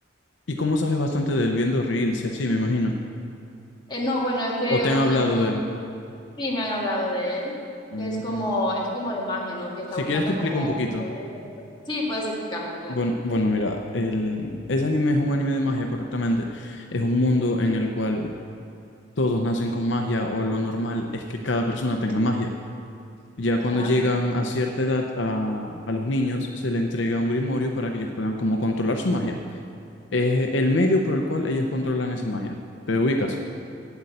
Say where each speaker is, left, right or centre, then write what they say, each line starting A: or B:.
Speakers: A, on the left; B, on the left.
A: Y cómo sabes bastante de él viendo reels y así, me imagino.
B: Eh, no, bueno, es que
A: ¿O te
B: un,
A: han hablado
B: un
A: de él?
B: Sí, me han hablado de él,
A: Mm,
B: que es como, es como de magia, ¿no? Que está
A: Si
B: buscando
A: quieres te explico
B: como
A: un poquito.
B: poder. Sí, puedes explicarme, claro.
A: Bueno, bueno, mira, el, ese anime es un anime de magia, correctamente. Es un mundo en el cual todos nacen con magia o lo normal es que cada persona tenga magia. Ya
B: Ajá.
A: cuando llegan a cierta edad a, a los niños, se le entrega un grimorio para que ellos puedan como controlar su magia. Es el medio por el cual ellos controlan esa magia. ¿Te ubicas?